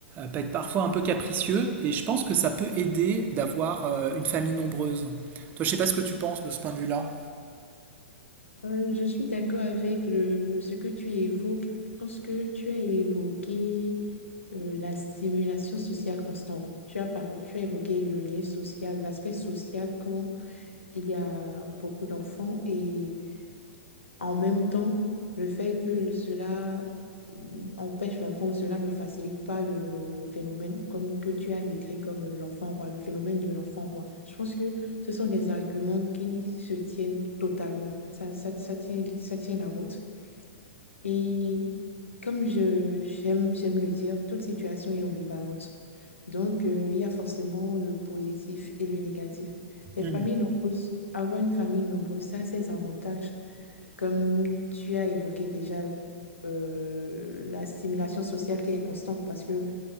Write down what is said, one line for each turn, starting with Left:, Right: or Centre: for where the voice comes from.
Right: peut être parfois un peu capricieux. Et je pense que ça peut aider d'avoir euh, une famille nombreuse. Toi, je sais pas ce que tu penses de ce point de vue-là.
Left: Euh, je suis d'accord avec le, ce que tu évoques. Je pense que tu as évoqué euh, la stimulation sociale constante. Tu as parlé, tu as évoqué le lien social, l'aspect social quand il y a beaucoup d'enfants et en même temps, le fait que cela mm, empêche l'enfant, ou cela ne facilite pas le, le phénomène comme que tu as décrit comme l'enfant roi, le phénomène de l'enfant roi. Je pense que ce sont des arguments qui se tiennent totalement. Ça, ça, ça tient, ça tient la route. Et comme je, j'aime, j'aime le dire, toute situation est ambivalente. Donc, euh, il y a forcément le positif et le négatif. Les
Right: Mmh.
Left: familles nombreuses, avoir une famille nombreuse, ça a ses avantages. Comme tu as évoqué déjà euh, la stimulation sociale qui est constante parce que